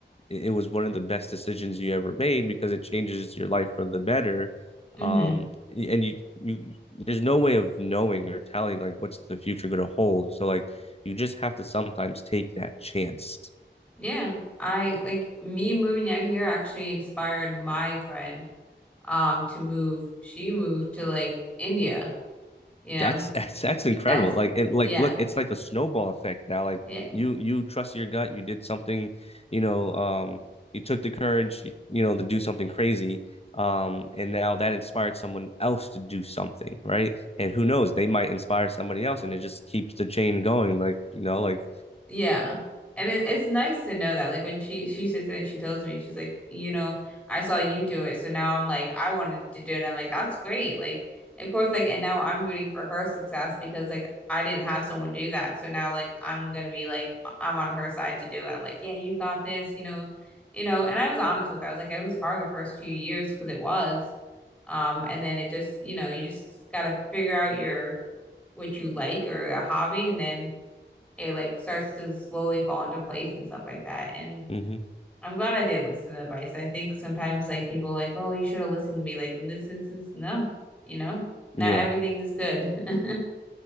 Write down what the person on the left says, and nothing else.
it, was one of the best decisions you ever made because it changes your life for the better.
Um, and you, you, there's no way of knowing or telling like what's the future going to hold. So like you just have to sometimes take that chance.
That's <laughs> that's, that's incredible.
Like it like
look, it's like a snowball effect now. Like
you you trust your gut, you did something, you know, um you took the courage, you, you know, to do something crazy. Um, and now that inspired someone else to do something, right? And who knows, they might inspire somebody else, and it just keeps the chain going. Like you know, like
mm-hmm,
yeah,